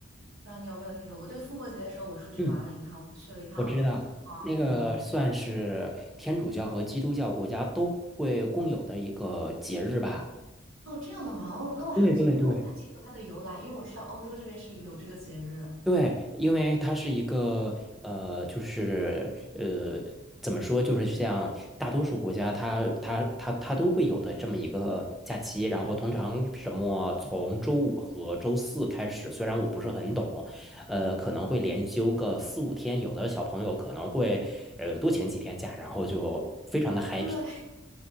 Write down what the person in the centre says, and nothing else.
嗯，
我知道，那个算是天主教和基督教国家都会共有的一个节日吧。
对对对。
对，因为它是一个呃，就是呃，怎么说，就是像大多数国家它，它它它都会有的这么一个假期。然后通常什么从周五和周四开始，虽然我不是很懂，呃，可能会连休个四五天。有的小朋友可能会呃多请几天假，然后就非常的 happy。